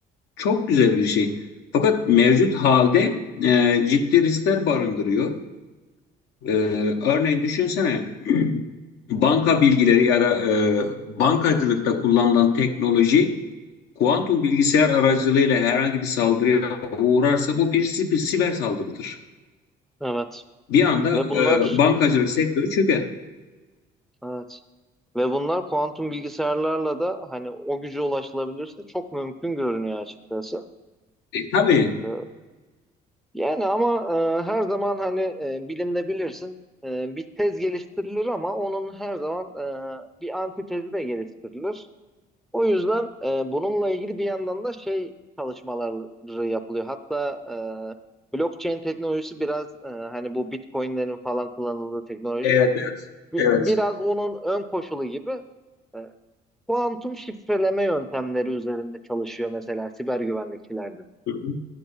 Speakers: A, on the left; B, in the centre.
A: çok güzel bir şey. Fakat mevcut halde e, ciddi riskler barındırıyor. E, örneğin düşünsene <clears throat> banka bilgileri ya da e, bankacılıkta kullanılan teknoloji kuantum bilgisayar aracılığıyla herhangi bir saldırıya uğrarsa bu bir siber siber saldırıdır
B: Evet.
A: bir anda
B: Ve
A: e,
B: bunlar
A: bankacılık sektörü çöker.
B: evet. Ve bunlar kuantum bilgisayarlarla da hani o güce ulaşılabilirse çok mümkün görünüyor açıkçası.
A: E, tabii.
B: Ee, Yani ama e, her zaman hani e, bilimde bilirsin e, bir tez geliştirilir ama onun her zaman e, bir antitezi de geliştirilir. O yüzden e, bununla ilgili bir yandan da şey çalışmaları yapılıyor. Hatta e, blockchain teknolojisi biraz e, hani bu Bitcoin'lerin falan kullanıldığı teknoloji
A: Evet, evet.
B: bi-
A: Evet.
B: biraz onun ön koşulu gibi e, kuantum şifreleme yöntemleri üzerinde çalışıyor mesela siber güvenlikçilerde.
A: Hı hı.